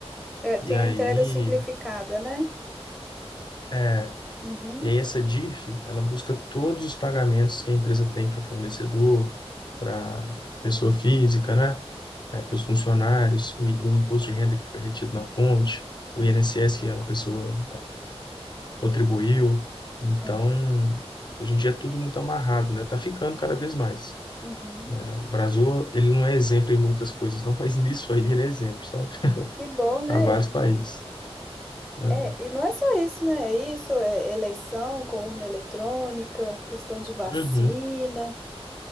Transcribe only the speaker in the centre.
É, tem
a entrega simplificada, né?
Uhum.
Ah,
uhum.
Que bom, né?
É, e não é só isso, né? É isso, é eleição com urna eletrônica, questão de vacina.